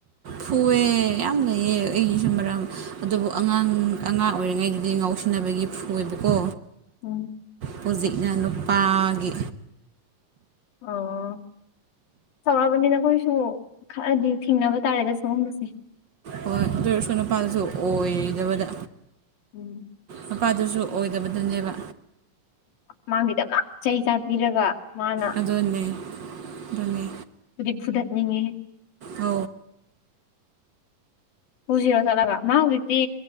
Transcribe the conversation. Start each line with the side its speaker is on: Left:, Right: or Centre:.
Right: ꯐꯨꯑꯦ ꯌꯥꯝ ꯂꯩꯑ ꯑꯩꯒꯤꯁꯨ ꯃꯔꯝ ꯑꯗꯨꯕꯨ ꯑꯉꯥꯡ ꯑꯉꯥꯡ ꯑꯣꯏꯔꯤꯉꯩꯗꯨꯗꯤ ꯉꯥꯎꯁꯤꯟꯅꯕꯒꯤ ꯐꯨꯣꯏꯕꯀꯣ
Left: ꯎꯝ
Right: ꯄꯨꯖꯤꯛꯅ ꯅꯨꯄꯥꯒꯤ
Left: ꯑ ꯁꯧꯔꯛꯑꯔꯕꯅꯤꯅ ꯑꯩꯈꯣꯏꯁꯨ ꯈꯔꯗꯤ ꯊꯦꯡꯅꯕ ꯇꯥꯔꯦꯗ ꯁꯒꯨꯝꯕꯁꯦ
Right: ꯍꯣꯏ ꯑꯗꯨ ꯑꯣꯏꯔꯁꯨ ꯅꯨꯄꯥꯜꯁꯨ ꯑꯣꯏꯗꯕꯗ
Left: ꯎꯝ
Right: ꯃꯄꯥꯗꯨꯁꯨ ꯑꯣꯏꯗꯕꯗꯨꯅꯦꯕ
Left: ꯃꯥꯒꯤꯗꯞꯅ ꯆꯩ ꯆꯥꯕꯤꯔꯒ ꯃꯥꯅ
Right: ꯑꯗꯨꯗꯟꯅꯦ ꯑꯗꯨꯅꯤ
Left: ꯐꯗꯤ ꯐꯨꯊꯠꯅꯤꯡꯉꯦꯦ
Right: ꯑ
Left: ꯄꯨꯁꯤꯔꯣ ꯆꯠꯂꯒ ꯃꯥ ꯍꯧꯖꯤꯛꯇꯤ